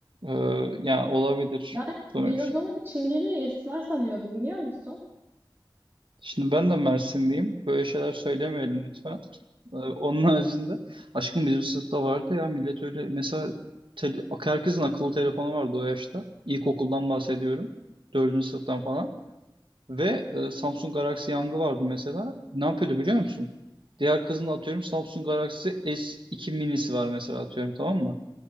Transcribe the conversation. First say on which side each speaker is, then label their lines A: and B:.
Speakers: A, on the right (about 75°); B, on the right (about 25°).
A: Ee, yani olabilir
B: Ben,
A: sonuç.
B: ben o zaman Çingene'yi esmer sanıyordum biliyor musun?
A: Şimdi ben de Mersinliyim. Böyle şeyler söylemeyelim lütfen. Ee, onun haricinde aşkım bizim sınıfta vardı ya millet öyle mesela tele- herkesin akıllı telefonu vardı o yaşta. İlkokuldan bahsediyorum. Dördüncü sınıftan falan. Ve e, Samsung Galaxy Young'ı vardı mesela. Ne yapıyordu biliyor musun? Diğer kızın atıyorum Samsung Galaxy S2 minisi var mesela atıyorum tamam mı?